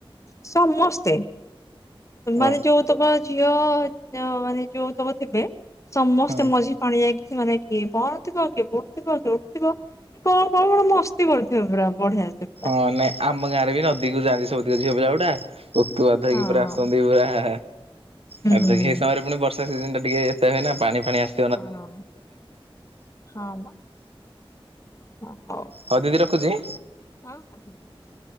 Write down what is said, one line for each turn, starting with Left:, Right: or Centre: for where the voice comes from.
Left: ସମସ୍ତେ, ମାନେ
Right: ଓ
Left: ଯୋଉ ତକ ଝିଅ ମାନେ ଯୋଉତକ ଥିବେ ସମସ୍ତେ
Right: ହଁ
Left: ମଝି ପାଣି ଯାଇକି ସେମାନେ କିଏ ପହଁରୁଥିବ କିଏ ବୁଡୁଥିବ କିଏ ଉଠିଥିବ କ କହିବ ଏଟା ମସ୍ତି କରୁଥିବ ପୁରା ବଢିଆ ସେ। ପୁରା
Right: ହଁ ନାଇଁ ଆମ ଗାଁରେ ବି ନଦୀକୁ ଯାଆନ୍ତି ସବୁ ତିକ ଝିଅ ପିଲା ଗୁଡ଼ା ଉତୁପାତ ହେଇକି
Left: ହଁ।
Right: ପୁରା ଆସନ୍ତି ପୁରା ଆ
Left: ହୁଁ।
Right: ଗାଧେଇକି ଏ ସମୟରେ ପୁଣି ବର୍ଷା ସିଜିନ ଟା ଟିକେ ଏତା ହୁଏ ନା ପାଣି ଫାଣି ଆସେ
Left: ହଁ, ହଁ ମ ହଁ ହଉ।
Right: ହଉ ଦିଦି ରଖୁଛି।
Left: ହଁ ହଁ <unintelligible>